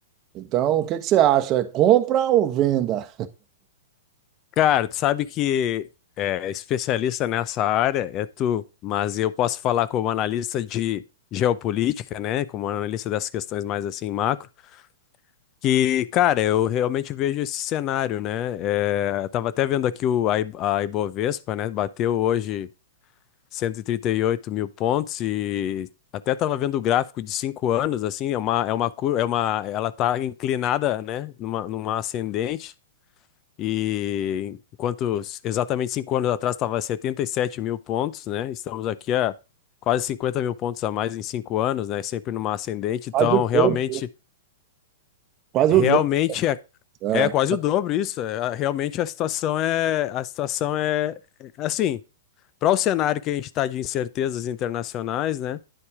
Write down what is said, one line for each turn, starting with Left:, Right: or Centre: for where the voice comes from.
Right: Então, o que que você acha? É compra ou venda?
Left: Cara, tu sabe que é, especialista nessa área é tu, mas eu posso falar como analista de geopolítica, né? Como analista dessas questões mais assim macro, que, cara, eu realmente vejo esse cenário, né? É, eu tava até vendo aqui o, a, I- a Ibovespa, né? Bateu hoje cento e e trinta e oito mil pontos e até tava vendo o gráfico de cinco anos, assim, é uma, é uma curva, é uma, ela tá inclinada, né? Numa, numa ascendente. E enquanto s- exatamente cinco anos atrás estava setenta e sete mil pontos, né? Estamos aqui a quase cinquenta mil pontos a mais em cinco anos, né? Sempre numa ascendente. Então,
Right: Faz o dobro.
Left: realmente,
Right: Faz
Left: realmente
Right: o dobro.
Left: é,
Right: É,
Left: é quase o dobro isso. É, a- realmente a situação é, a situação é é assim, para o cenário que a gente está de incertezas internacionais, né?